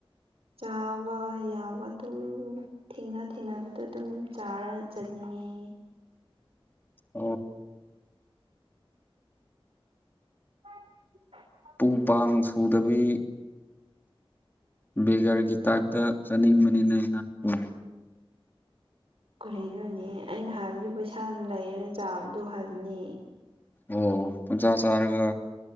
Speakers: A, on the right; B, on the left.
A: ꯆꯥꯕ ꯌꯥꯕ ꯑꯗꯨꯝ ꯊꯦꯡꯅ ꯊꯦꯡꯅꯕꯗꯣ ꯑꯗꯨꯝ ꯆꯥꯔ__ ꯆꯠꯅꯤꯡꯉꯦ
B: ꯑꯣ
A: <unintelligible>
B: ꯄꯨ ꯄꯥꯡ ꯁꯨꯗꯕꯤ ꯕꯦꯒꯔꯒꯤ ꯇꯥꯏꯞꯇ ꯆꯠꯅꯤꯡꯕꯅꯤꯅ ꯅꯪ ꯑꯣ
A: ꯀꯔꯤꯅꯣꯅꯦ ꯑꯩꯅ ꯍꯥꯏꯕꯗꯤ ꯄꯩꯁꯥ ꯂꯩꯔ ꯆꯥꯕꯗꯣ ꯍꯥꯏꯕꯅꯦ
B: ꯑꯣ ꯄꯪꯁꯥ ꯆꯥꯔꯒ